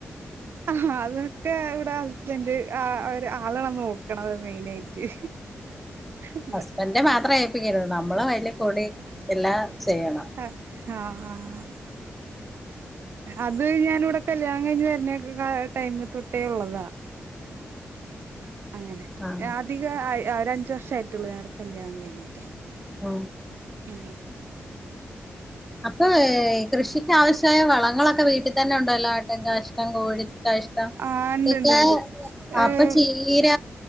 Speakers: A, on the right; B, in the centre.
A: ആ അതൊക്കെ ഇവിടെ ഹസ്ബൻഡ് ആ അവര് ആളണം നോക്കണത് മെയിന ആയിട്ട് ഉ
B: ഹസ്ബൻഡ മാത്രേ അഏപ്പിക്കൂ നമ്മള് വല കൂടി എല്ലാം ചെയ്യണം
A: ആഹ അത് ഞാാന ഇവിടെ കല്യാണം കഴിഞ്ഞ് വരുന്ന ടൈമ തൊട്ടേ ഉള്ളതാ അങ്ങനെ
B: ആഹ്
A: അധിക ഒ അഞ്ച വർഷ ആയിട്ടുള്ളൂ ഞങ്ങളടെ കല്യാണം കഴിഞ്ഞിട്ട്
B: ഓ
A: ഉം
B: അപ്പൊ കൃഷിക്ക് ആാവശ്യമായ വളങ്ങളൊക്കെ വീട്ടിൽ തന്നെ ഉണ്ടല്ലോ ആട്ടെ കാഷ്ടം കോഴി ഇഷ്ടം
A: ആഹ് ഇണ്ട്
B: ഇതൊക്കെ
A: ഇണ്ട് ഇണ്ട് ഏഹ്
B: അപ്പൊ ചീര